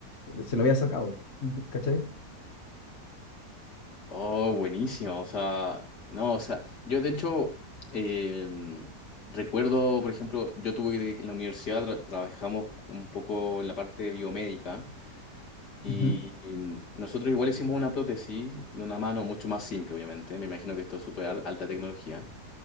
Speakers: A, on the left (about 40°); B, on the left (about 75°).
A: se lo había sacado, ent- ¿cachai?
B: Oh, buenísimo. O sea, no, o sea, yo de hecho eh, recuerdo, por ejemplo, yo tuve que en la universidad tra- trabajamos un poco en la parte biomédica y,
A: Ujú.
B: y nosotros igual hicimos una prótesis de una mano mucho más simple, obviamente. Me imagino que esto es súper al- alta tecnología.